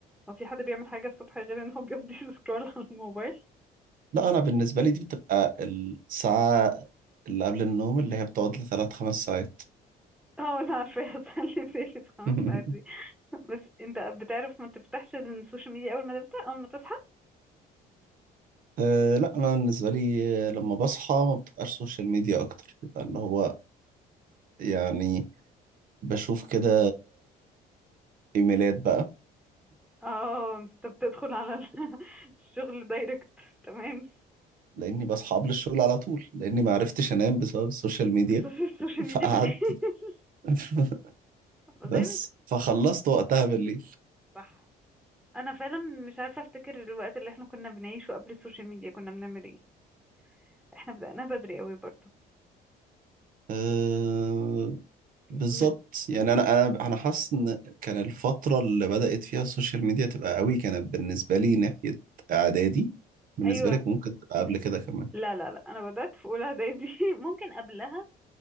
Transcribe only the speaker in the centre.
هو في حد بيعمل حاجة الصبح غير ان هو بيقضي <laughs> سكرول على الموبايل
اه انا عارفة <laughs> هسلي بالي في خمس
ساعات دي <laughs> بس انت بتعرف ما تفتحش السوشيال ميديا اول ما تفتح اول ما تصحى
اه انت بتدخل على ال- <laughs> الشغل دايركت تمام
بس في السوشيال
ميديا بالليل <laughs>
والله
مش
صح انا فعلا مش عارفه افتكر الوقت اللي احنا كنا بنعيشه قبل السوشيال ميديا كنا بنعمل ايه احنا بدأناها بدري قوي برضو
م...
ايوه
لا لا لا انا بدأت في اولى اعدادي <laughs> ممكن قبلها